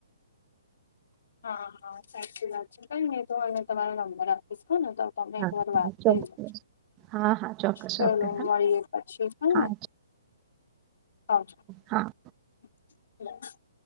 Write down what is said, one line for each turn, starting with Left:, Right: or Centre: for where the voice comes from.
Left: હા હા સાચી વાત છે કઈ નહી તું અને તમારો નંબર આપીશ હો ને તો. તમને
Right: હા
Left: એક વાર વાત
Right: હા
Left: કરી
Right: ચોક્કસ.
Left: લેજો.
Right: હા હા ચોક્કસ
Left: ચલો
Right: ચોક્કસ
Left: મળીએ પછી હો
Right: હા
Left: ને આવજો.
Right: હા.
Left: <inaudible>